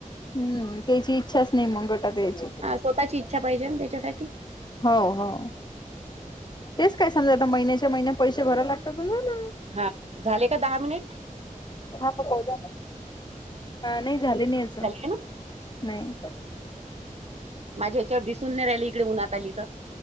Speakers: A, on the left; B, on the right.
A: हम्म. त्याची इच्छाच नाही मंग गटात यायची.
B: स्वःताची इच्छा पाहिजे ना त्याच्यासाठी?
A: हो हो. तेच काय समजा आता महिन्याच्या महिना पैसे भरावं लागत्यात झालं.
B: हा. झाले का दहा मिनिट?
A: हा. तर काय झालं? नाही झाले नाही अजून.
B: झाले ना
A: हं.
B: माझ्या याच्यावर दिसून न्हाय राहीलं इकडे. उन्हात आली तर.